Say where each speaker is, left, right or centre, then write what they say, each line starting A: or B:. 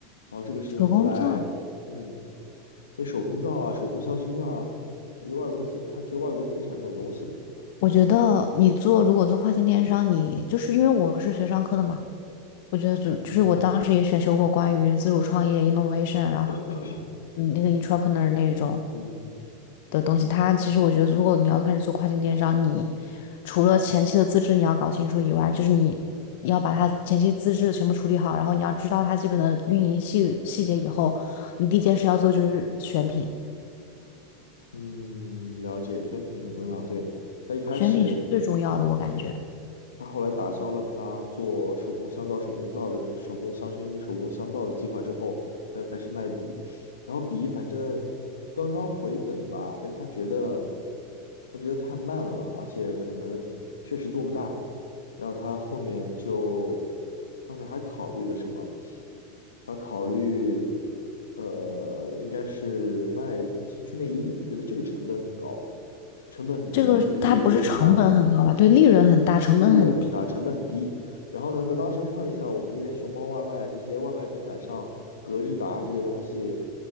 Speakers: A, on the left; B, on the left.
A: 然后这个事情后来。
B: 手工皂？
A: 嗯，那手工皂啊、手工香薰啊，我觉得外国人挺，他觉得外国人挺喜欢这种东西的。
B: 我觉得你做如果做跨境电商，你就是因为我是学商科的嘛，我觉得就就是我当时也选修过关于自主创业
A: 嗯
B: innovation，然后
A: <coughs>，
B: 嗯那个 entrepreneur 那种
A: 嗯
B: 的东西。它其实我觉得，如果你要开始做跨境电商，你除了前期的资质你要搞清楚以外，就是你要把它前期资质全部处理好，然后你要知道它基本的运营细细节以后，你第一件事要做就是选品，
A: 嗯，了解，选品很重要。对，他一开始。
B: 选品是最重要的，我感觉
A: 他后来打消了他做手工香皂、手工皂的手工香薰、手工香皂的计划之后，他就开始卖笔，然后笔反正刚刚回本吧，但是他觉得他觉得太慢了，而且可能确实做不大，然后他后面就后面还考虑了什么？他考虑呃，应该是卖情趣内衣，他觉得这个成本很高，成本很低，
B: 这个它不是成本很高吧？
A: 就是利润率很大。
B: 对，利润很大，成本很低，
A: 利润很大，成本很低。然后呢，他当时看了一下我们这边熊猫外卖这些外卖平台上，格日达这些东西，